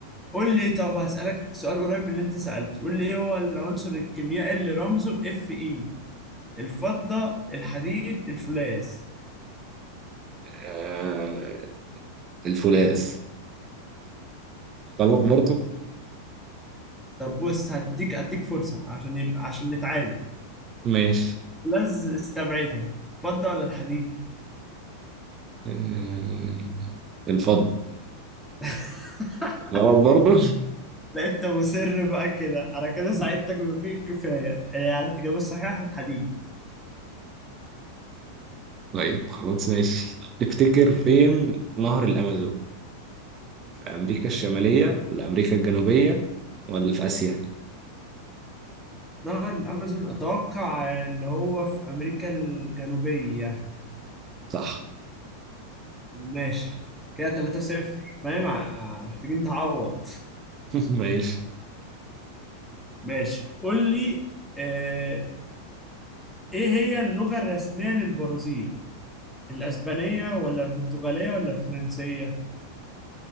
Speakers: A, in the centre; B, on the right.
A: قول لي طب هسألك سؤال قريب من اللي انت سألته قول لي ايه هو العنصر الكيميائي اللي رمزه اف اي الفضة الحديد الفولاذ
B: آه، الفولاذ غلط برضه
A: طب بص هديك اديك فرصة عشان يبقى عشان نتعادل
B: ماشي
A: فولاذ استبعدها فضة ولا الحديد
B: آه، الفضة
A: <laughs>
B: غلط برضه
A: لا انت مصر بقى كده انا كده
B: <laughs>
A: ساعدتك بما فيه الكفاية آه، الإجابة الصحيحة الحديد
B: طيب خلاص ماشي تفتكر
A: ماشي.
B: فين نهر الأمازون في أمريكا الشمالية ولا أمريكا الجنوبية ولا في آسيا
A: نهر الأمازون أتوقع إن هو في أمريكا الجنوبية
B: صح
A: ماشي كده 3 صفر فاهم ع- محتاجين تعوض
B: <laughs> ماشي
A: ماشي قول لي آه، إيه هي اللغة الرسمية للبرازيل الاسبانيه ولا البرتغاليه ولا الفرنسيه